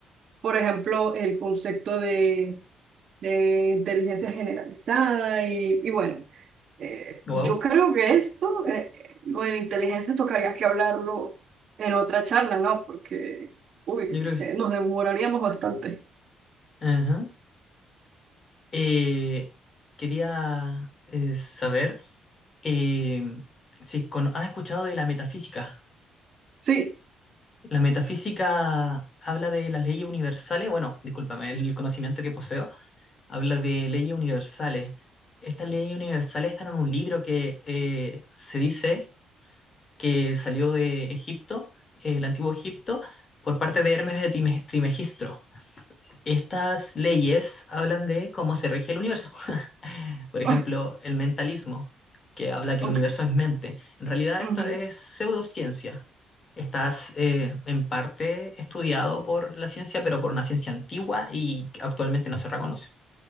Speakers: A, on the right (about 40°); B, on the left (about 25°).
A: por ejemplo, el concepto de de inteligencia generalizada y, y bueno, eh,
B: Wow.
A: yo creo que esto, eh, lo de la inteligencia tocaría que hablarlo en otra charla, ¿no? Porque, uy,
B: Yo creo que...
A: eh, nos demoraríamos bastante.
B: ajá. Eh, quería eh, saber eh, si cono- has escuchado de la metafísica.
A: Sí,
B: La metafísica habla de las leyes universales, bueno, discúlpame, el conocimiento que poseo habla de leyes universales. Estas leyes universales están en un libro que eh, se dice que salió de Egipto, eh, el antiguo Egipto, por parte de Hermes de Time- Trimegistro. Estas leyes hablan de cómo se rige el universo. <laughs> Por ejemplo,
A: <laughs> ah,
B: el mentalismo, que habla que
A: ok.
B: el universo es mente. En realidad
A: ujú.
B: esto es pseudociencia Estás eh, en parte estudiado por la ciencia, pero por una ciencia antigua y que actualmente no se reconoce.